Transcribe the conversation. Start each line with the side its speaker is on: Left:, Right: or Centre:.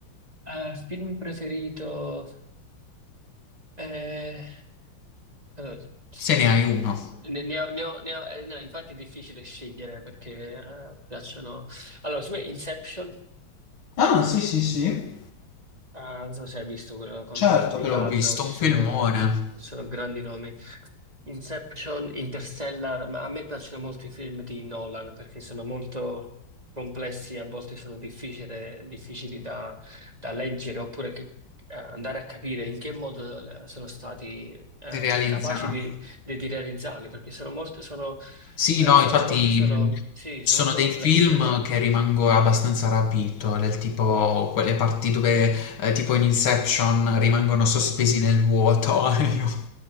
Right: eh, film preferito... eh, allora, c- c-
Left: Se ne hai uno.
Right: ne, ne ho, ne ho- ne ho- eh, no, infatti è difficile scegliere perché eh, piacciono... Allora, secondo me Inception
Left: Ah, sì, sì, sì,
Right: Ah, non so se hai visto quello con
Left: certo.
Right: eh, DiCaprio,
Left: Quello ho visto,
Right: ci
Left: un
Right: sono,
Left: filmone
Right: ci sono grandi nomi. Inception, Interstellar, ma a me piacciono molto i film di Nolan perché sono molto complessi, a volte sono difficile- difficili da, da leggere oppure che- eh, andare a capire in che modo eh, sono stati eh,
Left: realizzato.
Right: capaci di, di- di realizzarli, perché sono molto, sono,
Left: Sì,
Right: eh,
Left: no,
Right: sono-
Left: infatti
Right: a volte sono,
Left: mh, ci
Right: sì, sono
Left: sono
Right: molto
Left: dei
Right: complessi
Left: film che rimango abbastanza rapito, del tipo quelle parti dove, eh, tipo in Inception, rimangono sospesi nel vuoto. <laughs> Io-